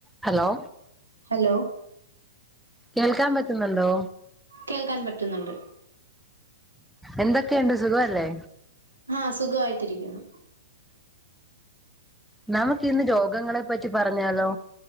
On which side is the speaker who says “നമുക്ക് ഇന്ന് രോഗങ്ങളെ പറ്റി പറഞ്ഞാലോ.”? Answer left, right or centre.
Centre